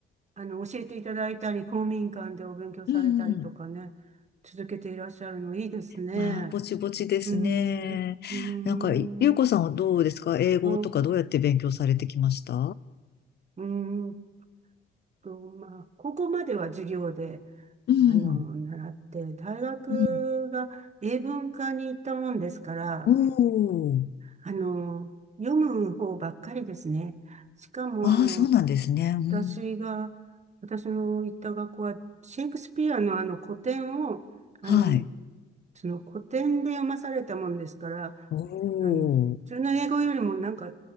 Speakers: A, on the right; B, on the left.
A: あの、教えていただいたり、公民館でお勉強されたりとかね、
B: うんうん。
A: 続けていらっしゃるのいいですね。
B: まあ、ぼちぼちですね。
A: うーん、うーん、
B: なんか、ゆうこさんはどうですか英語とかどうやって勉強されてきました
A: あ、うーんと、まあ、高校までは授業で、
B: うん。
A: あの、習って、大学が英文科に行ったもんですから、
B: うん。おー。
A: あの、読む方ばっかりですね。しかも、
B: ああ、
A: あの、
B: そうなんですね。うん。
A: 私が、私の行った学校は、シェイクスピアのあの古典を、あの、
B: はい。
A: その古典で読まされたもんですから、
B: お
A: あの、普通の英語よりもなんか、
B: ー。